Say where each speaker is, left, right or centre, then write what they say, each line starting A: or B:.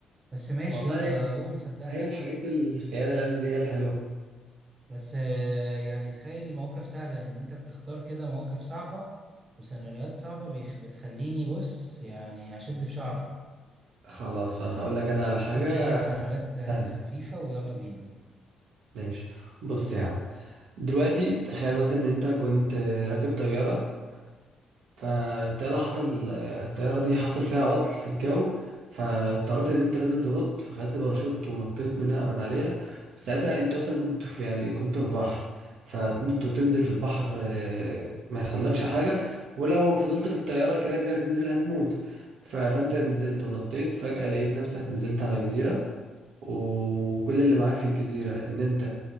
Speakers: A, on the right; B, on the right.
A: بس ماشي
B: والله
A: يلا قول صدقني
B: هي الحاجات الخيال العلمي دي هي الحلوة
A: بس آه، يعني تخيل المواقف سهلة لان انت بتختار كده مواقف صعبة وسيناريوهات صعبة بيخ- بتخليني بص يعني هشد في شعري
B: خلاص خلاص هقول لك انا على حاجة
A: شوف كده سيناريوهات آه،
B: سهلة
A: خفيفة ويلا بينا
B: ماشي بص يا عم دلوقتي تخيل مثلا ان انت كنت آه، راكب طيارة فالطيارة حصل الطيارة دي حصل فيها عطل في الجو فاضطريت ان انت لازم تنط فخدت باراشوت ونطيت منها من عليها ساعتها انت اصلا كنت في يعني كنت في بحر فتنط وتنزل في البحر آه، ما يحصلكش حاجة ولو فضلت في الطيارة كده كده هتنزل هتموت ف- فانت نزلت ونطيت فجأة لقيت نفسك نزلت على جزيرة وكل اللي معاك في الجزيرة ان انت